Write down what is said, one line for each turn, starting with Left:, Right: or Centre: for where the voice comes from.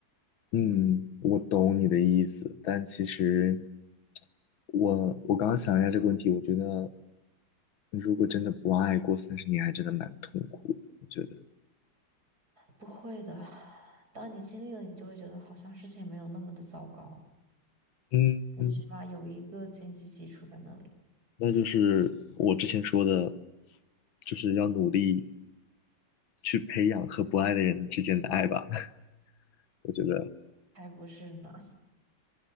Left: 嗯，我懂你的意思，但其实我我刚刚想一下这个问题，我觉得如果真的不爱过三十年，还真的蛮痛苦的。我觉得，
Right: 不会的，当你经历了，你就会觉得好像事情没有那么的糟糕，
Left: 嗯，
Right: 你起码有一个经济基础在那里，
Left: 那就是我之前说的，就是要努力去培养和不爱的人之间的爱吧。<laughs> 我觉得
Right: 还不是呢？